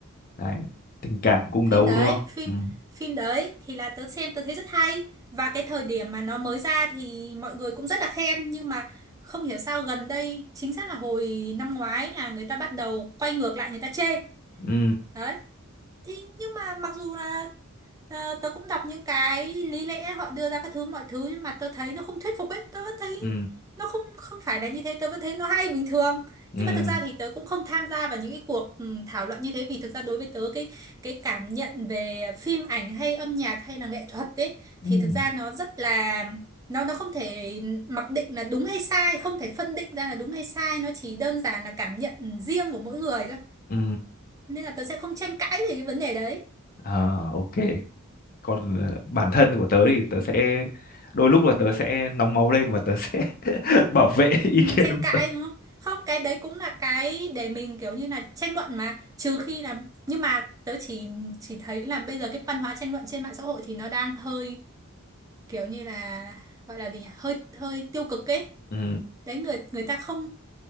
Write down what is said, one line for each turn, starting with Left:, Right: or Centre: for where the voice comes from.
Left: đấy tình cảm cung đấu
Right: phim đấy
Left: đúng không
Right: phim
Left: ừ
Right: phim đấy thì là tớ xem tớ thấy rất hay và cái thời điểm mà nó mới ra thì mọi người cũng rất là khen nhưng mà không hiểu sao gần đây chính xác là hồi năm ngoái là người ta bắt đầu quay ngược lại người ta chê
Left: ừ
Right: đấy thì nhưng mà mặc dù là Ờ, tớ cũng đọc những cái lý lẽ họ đưa ra các thứ mọi thứ nhưng mà tớ thấy nó không thuyết phục ấy tớ vẫn thấy
Left: ừ
Right: nó không không phải là như thế tớ vẫn thấy nó hay bình thường
Left: ừ
Right: nhưng mà thực ra thì tớ cũng không tham gia vào những cái cuộc ừ, thảo luận như thế vì thực ra đối với tớ cái cái cảm nhận về phim ảnh hay âm nhạc hay là nghệ thuật ấy thì
Left: ừ
Right: thực ra nó rất là nó nó không thể mặc định là đúng hay sai không thể phân định ra là đúng hay sai nó chỉ đơn giản là cảm nhận riêng của mỗi người thôi
Left: ừ
Right: nên là tớ sẽ không tranh cãi về cái vấn đề đấy
Left: à, ok còn ờ, bản thân của tớ thì tớ sẽ đôi lúc là tớ sẽ nóng máu lên và tớ sẽ <laughs> bảo vệ ý
Right: Ừ,
Left: kiến
Right: tranh cãi
Left: của-
Right: đúng không? Không, cái đấy cũng là cái để mình kiểu như là tranh luận mà, trừ khi là nhưng mà tớ chỉ chỉ thấy là bây giờ cái văn hóa tranh luận trên mạng xã hội thì nó đang hơi kiểu như là gọi là gì nhỉ? Hơi hơi tiêu cực ấy.
Left: ừ
Right: Đấy người người ta không